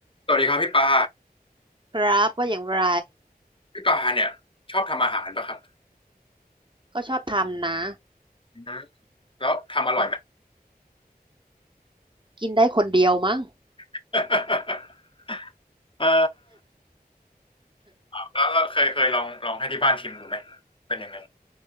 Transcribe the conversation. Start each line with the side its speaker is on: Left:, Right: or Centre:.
Left: สวัสดีครับพี่ปา
Right: ครับว่าอย่างไร
Left: พี่ปาเนี่ยชอบทำอาหารป่ะครับ
Right: ก็ชอบทำนะ
Left: อืมแล้วทำอร่อยไหม
Right: อืมกินได้คนเดียวมั้ง
Left: <laughs> เออแล้วเราเคยเคยลองลองให้ที่บ้านชิมดูไหมเป็นยังไง